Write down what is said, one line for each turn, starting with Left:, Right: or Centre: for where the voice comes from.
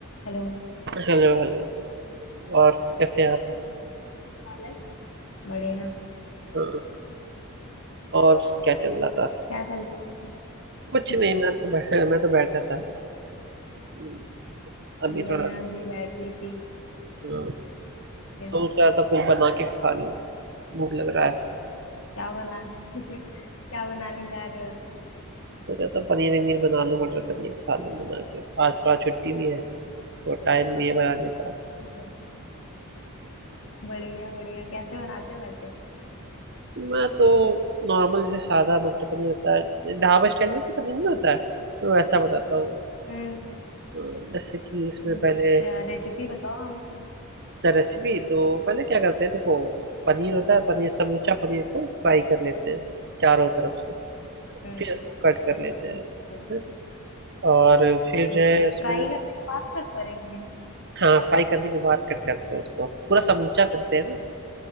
Left: Hello
Right: Hello hello और कैसे हैं आप
Left: हाल है बढ़िया
Right: अ, और क्या चल रहा था
Left: क्या चल रहा
Right: कुछ
Left: है?
Right: नहीं मैं तो बैठा मैं तो बैठा था अम, अभी
Left: मैं
Right: थोड़ा
Left: अभी बैठी थी तो
Right: अ,
Left: क्या
Right: सोच रहा था कुछ बना के खा लूं भूख लग रहा है
Left: क्या बना <laughs> क्या बनाने जा रहे
Right: सोच रहा था पनीर वनीर बना लूं मटर पनीर खा लूं बना के आज थोड़ा छुट्टी भी है तो टाइम भी है बनाने का
Left: हो बढ़िया बढ़िया कैसे बनाते हो वैसे
Right: मैं तो नॉर्मल जैसे सादा मटर पनीर होता है ढाबा स्टाइल में तो पनीर नहीं होता है तो वैसा बनाता हूँ
Left: हम्म
Right: अ, जैसे कि उसमें
Left: अच्छा
Right: पहले
Left: रेसिपी बताओ हमको
Right: द रेसिपी तो पहले क्या करते हैं देखो पनीर होता है पनीर समूचा पनीर को फ्राई कर लेते हैं चारों तरफ से
Left: हम्म
Right: फिर इसको कट कर लेते हैं
Left: अच्छा
Right: हैं? और फिर जो
Left: हम्म
Right: है उसमें
Left: फ्राई करने के बाद कट करेंगे
Right: हाँ फ्राई करने के बाद कट करते हैं उसको पूरा समूचा करते हैं ना